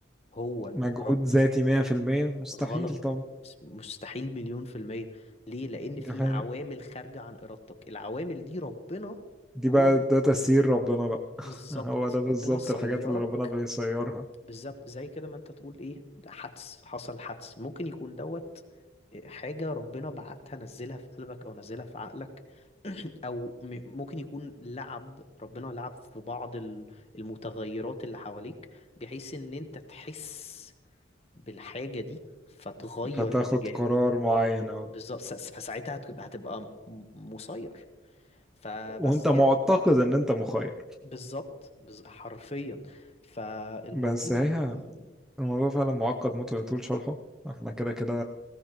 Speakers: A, on the left (about 35°); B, in the centre.
A: هو
B: مجهود
A: ر-
B: ذاتي 100% مستحيل
A: غلط
B: طبعا
A: مستحيل مليون في المية ليه لان
B: دي
A: في
B: حقيقة
A: عوامل خارجة عن ارادتك العوامل دي ربنا
B: دي
A: هو
B: بقى
A: ال...
B: ده تسيير ربنا بقى <laughs>
A: بالظبط
B: هو ده
A: ربنا
B: بالظبط
A: سيرك
B: الحاجات اللي ربنا بيسيرها
A: بالظبط زي كده ما انت تقول ايه ده حدث حصل حدث ممكن يكون دوت حاجة ربنا بعتها نزلها في قلبك او نزلها في عقلك <clears throat> او م- ممكن يكون لعب ربنا لعب في بعض ال- المتغيرات اللي حواليك بحيث ان انت تحس بالحاجة دي فتغير
B: فتاخد
A: اتجاهك
B: قرار معين أو
A: بالظبط س- فساعتها هتبقى هتبقى م- مسير فبس
B: وانت معتقد
A: يعني
B: ان انت مخير
A: بالظبط بز- حرفيا فالموضوع
B: بس هي
A: يعني
B: الموضوع فعلا معقد موت ويطول شرحه احنا كده كده